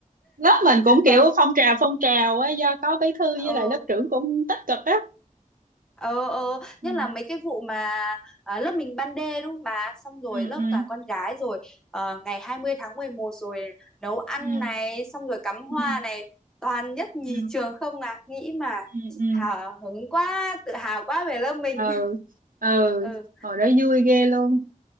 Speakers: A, on the right; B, in the centre.
A: lớp mình cũng
B: Còn-
A: kiểu phong trào phong trào á do có bí thư với
B: ừ
A: lại lớp trưởng cũng tích cực á
B: ờ ờ
A: ừ
B: nhất là mấy cái vụ mà ờ, lớp mình ban đê đúng không bà xong rồi
A: ừ
B: lớp
A: ừ
B: toàn con gái rồi ờ, ngày 20 tháng 11 rồi nấu ăn
A: ừ
B: này xong rồi cắm hoa
A: ừ
B: này toàn nhất nhì
A: ừ
B: trường không à nghĩ mà
A: ừ ừ
B: hào hứng quá tự hào quá về lớp mình
A: ừ
B: <laughs>
A: ừ.
B: ừ
A: hồi đó vui ghê luôn